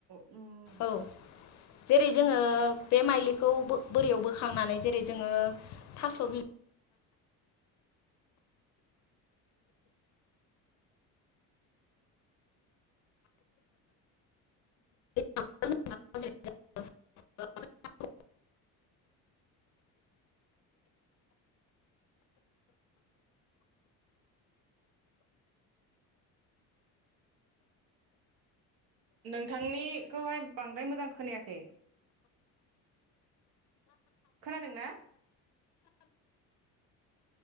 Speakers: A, on the right (about 80°); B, on the left (about 55°).
A: उम
B: औ जेरै जोङो बे माइलिखौ बोरियाव बोखांनानै जेरै जोङो थास' बिल <inaudible>
A: नोंथांनिखौहाय बांद्राय मोजां खोनायाखै खोनादों ना